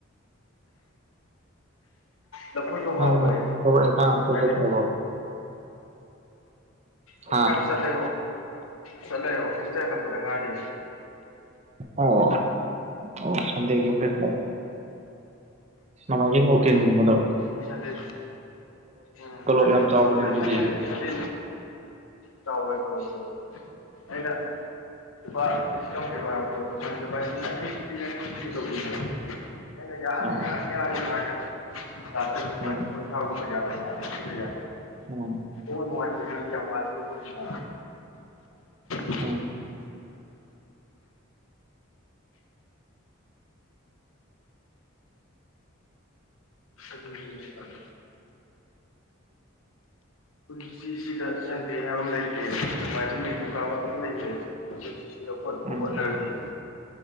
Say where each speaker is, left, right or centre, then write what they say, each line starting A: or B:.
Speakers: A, on the left; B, on the right.
A: ꯂꯐꯣꯏꯁꯨ ꯍꯥꯎꯕꯅꯦ
B: ꯅꯪ ꯊꯕꯛ ꯏꯪꯈꯥꯡ ꯑꯝꯇ
A: ꯍꯥꯏꯗꯤ
B: ꯆꯠꯇ꯭ꯔꯕꯣ
A: ꯑꯗꯨ
B: ꯍꯥ
A: ꯍꯥꯏꯕ ꯆꯠꯂꯦ ꯆꯠꯂꯦ ꯑꯣꯐꯤꯁꯇꯩ ꯍꯜꯂꯛꯄꯗ ꯉꯥꯏꯔꯤ
B: ꯑꯣ ꯑꯣ ꯁꯟꯗꯦꯒꯤ ꯑꯣꯐꯤꯁꯇꯣ ꯅꯣꯃꯥꯏꯖꯤꯡ ꯑꯣꯀꯤꯜ
A: ꯎꯝ
B: ꯒꯨꯝꯕꯗꯣ
A: ꯁꯟꯗꯦ ꯎꯝ
B: ꯇꯣꯂꯣꯞ
A: ꯁꯟꯗꯦꯁꯨ
B: ꯌꯥꯝ ꯆꯥꯎꯕꯅꯦ
A: ꯊꯕꯛ ꯂꯩ
B: ꯑꯗꯨꯗꯤ
A: ꯁꯟꯗꯦ ꯁꯟꯗꯦ ꯆꯥꯎꯕꯩꯁ ꯂꯠꯇ ꯑꯩꯅ <unintelligible> ꯂꯨꯄꯥ ꯂꯤꯁꯤꯡ ꯑꯃ ꯄꯤꯌꯣ ꯍꯥꯏꯕ ꯄꯣꯠꯇꯣ ꯃꯣꯏꯅ ꯌꯥꯡꯈꯩ ꯄꯤꯒꯦ ꯌꯥꯡꯈꯩ ꯄꯤꯒꯦ ꯇꯧꯗꯣꯏꯅꯦ ꯑꯩꯅ ꯌꯥꯔꯅꯤ
B: ꯑꯥ
A: ꯌꯥꯔꯅꯤ ꯌꯥꯔꯅꯤ ꯍꯥꯏꯔꯒ ꯊꯥ ꯇꯔꯨꯛ
B: ꯎꯝ
A: ꯂꯤꯁꯤꯡ ꯀꯨꯟꯊꯔꯥ ꯍꯨꯝꯗꯣꯏ ꯌꯥꯅꯕ ꯅꯤꯐꯨꯗ ꯌꯥꯟꯅꯕ
B: ꯎꯝ
A: ꯁꯤꯕꯨ ꯅꯨꯡꯉꯥꯏꯇꯦ ꯈꯜꯂꯤ ꯌꯥꯝ ꯋꯔꯛꯈꯔꯥ ꯇꯣꯛꯀꯅꯤꯗ <unintelligible>
B: ꯎꯝ
A: ꯑꯗꯨꯅꯤꯅꯦ ꯏꯇꯥꯎ ꯄꯨꯟꯁꯤꯁꯤꯗ ꯁꯟꯗꯦ ꯍꯥꯏꯕ ꯑꯃ ꯂꯩꯇꯦ ꯅꯣꯡꯃꯥꯏꯖꯤꯡ ꯅꯤꯡꯊꯧꯀꯥꯕ ꯀꯏꯝ ꯂꯩꯇꯦ ꯁꯤꯗ ꯍꯣꯠꯄꯨ
B: ꯎꯝ
A: ꯍꯣꯠꯅꯔꯗꯤ